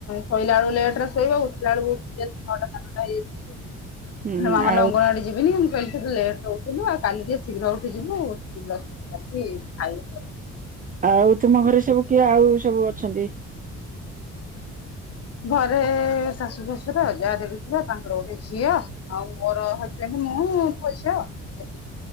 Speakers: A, on the left; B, on the right.
A: ଶୋଇଲା ବେଳକୁ ଲେଟେରେ ଶୋଇବ ଉଠିଲା ବଳକୁ ଛଟା ସାଢେ ନଅଟା ହୋଇଯାଇ ଥିବ ମୁ
B: ହୁଁ
A: କହିଲି ମାମାଲି
B: ଆଉ
A: ଅଙ୍ଗନ ବଡି ଯିବିନି ମୁଁ କହି ଲେଟ ଉ ଜିବୁ ଆଉ କାଲି ଟିକେ ଶୀଘ୍ର ଉଠି ଯିବୁଉଠିକି ବ୍ରଶ ଫର୍ସ ଶାରିକି ଖାଇକି ପଳେଇବୁ।
B: ଆଉ ତୁମ ଘରେ ସବୁ କିଏ ଆଉ ସବୁ ଅଛନ୍ତି?
A: ଘରେ ଶାଶୁ ଶଶୁର ଯାହା ଦେଡଶୁର ତାଙ୍କର ଗୋଟେ ଝିଅ ଆଉ ମୋର ହଜବେଣ୍ଡ। ମୁଁ ପୁଅ ଝିଅ ଏତିକି